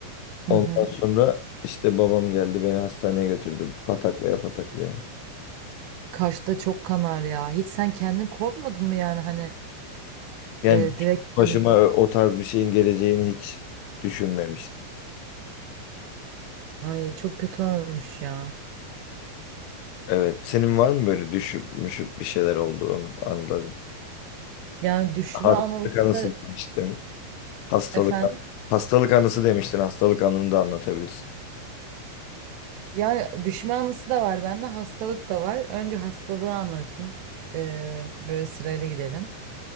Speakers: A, on the right; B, on the left.
A: Hı
B: Ondan
A: hı.
B: sonra işte babam geldi beni hastaneye götürdü. Pataklaya pataklaya.
A: Kaşta çok kanar ya. Hiç sen kendin korkmadın mı yani hani
B: Yani
A: Ee, direkt
B: başıma
A: yani
B: o tarz bir şeyin geleceğini hiç düşünmemiştim.
A: ay çok kötü olmuş ya.
B: Evet. Senin var mı böyle düşüp müşüp bir şeyler olduğu anların?
A: Yani düşme
B: Hastalık
A: anısı
B: anısı
A: da-
B: demiştin. Hastalık
A: efendim.
B: hastalık anısı demiştin. Hastalık anını da anlatabilirsin.
A: Yani düşme anısı da var bende hastalık da var. Önce hastalığı anlatayım. Ee, böyle sırayla gidelim.